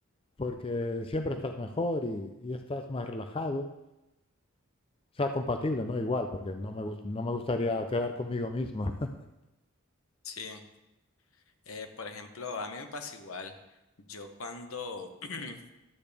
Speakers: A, on the left; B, on the left.
A: porque siempre estás mejor y, y estás más relajado. O sea, compatible, no igual, porque no me, gus- no me gustaría quedar conmigo mismo. <laughs>
B: Sí, eh, por ejemplo, a mí me pasa igual. Yo cuando, <clears throat>